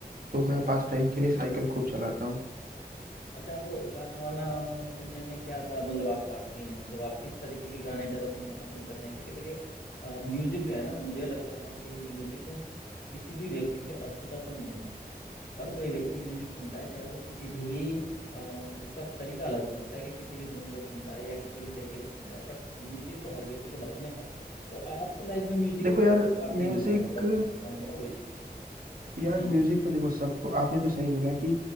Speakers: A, on the right; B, on the left.
A: तो
B: अच्छा
A: मैं पास टाइम के लिए साइकिल खूब चलाता हूँ
B: अच्छा आप गाना वाना सुनने में क्या सा मतलब आपका सीन है मतलब आप किस तरीके के गाने ज़्यादा सुनना पसंद करते हैं क्योंकि देखिए म्यूजिक जो है ना मुझे लगता है कि म्यूजिक किसी भी व्यक्ति से अछूता तो नहीं है हर कोई व्यक्ति म्यूजिक सुनता है चाहे वो किसी भी अ, उसका तरीका अलग हो सकता है कि किसी भी धुन को सुनता है या किसी भी तरीके से सुनता है बट म्यूजिक तो हर व्यक्ति की लाइफ में है तो आपकी लाइफ में म्यूजिक
A: देखो यार
B: किस प्रकार से
A: म्यूजिक
B: इन्वॉल्व है थोड़ा सा इसके बारे में बताओ मुझे
A: यार
B: हम्म
A: म्यूजिक तो देखो सबको आपने तो सही बोला कि